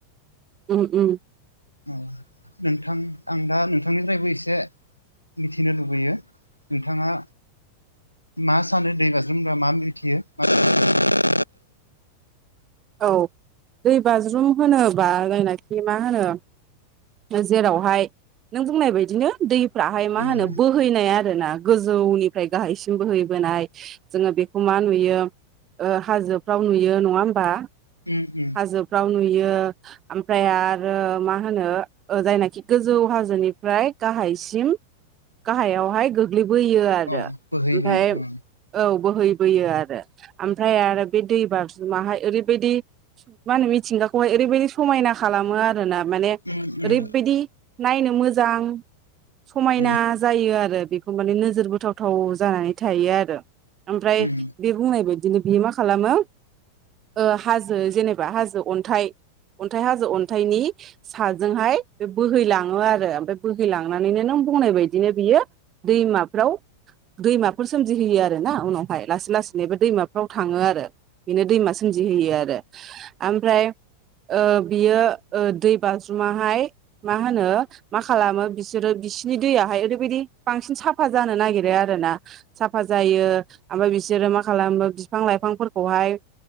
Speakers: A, on the right; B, on the left.
A: उम उम।
B: औ नोंथां आं दा नोंथांनिफ्रायबो एसे मिथिनो लुबैयो। नोंथाङा मा सानो दै बाज्रुमग्रा मा मिथियो <inaudible>
A: औ दै बाज्रुम होनोबा जायनाखि मा होनो जेरावहाय नों बुंनाय बायदिनो दैफ्राहाय मा
B: उम
A: होनो बो बोहैनाय आरो ना गोजौनिफ्राय गाहायसिम बोहैबोनाय जोङो बेखौ मा नुयो ओ हाजोफ्राव नुयो नङा होमबा?
B: उम उम।
A: हाजोफ्राव नुयो ओमफ्राय आरो मा होनो ओ जायनाखि गोजौ हाजोनिफ्राय गाहायसिम गाहायावहाय गोग्लैबोयो आरो
B: औ बोहैबोयो
A: ओमफफ्राय
B: उम
A: औ बोहैबोयो आरो आमफ्राय आरो बे दैबार माहाय ओरै बायदि मा होनो मिथिंगाखौहाय ओैबायदि समायना खालामो आरोना माने
B: उम उम
A: ओरैबायदि नायनो मोजां समायना
B: उम
A: जायो आरो बेखौ माने नोजोर बथावथाव जानानै थायो आरो। ओमफ्राय
B: उम
A: बे बुंनाय बायदिनो बियो मा खालामो ओ हाजो जेनेबा हाजो अन्थाइ अन्थाइ हाजो अन्थाइनि साजोंहाय बे बोहैलाङो आरो ओमफ्राय बोहैलांनानैनो नों बुंनाय बदिनो बियो दैमाफ्राव दैमाफोर सोमजिहोयो आरो ना उनावहाय लासै लासैनोबो दैमाफ्राव थाङो आरो बेनो दैमा सोमजिहोयो आरो। ओमफ्राय ओ बियो ओ दै बाज्रुमाहाय मा होनो मा खालामो बिसोरो बिसिोरनि दैयहाय ओरैबायदि बांसिन साफा जानो नागिरो आरो ना। साफा जायो ओमफ्राय बिसोरो मा खालामो बिफां लाइफांफोरखौहाय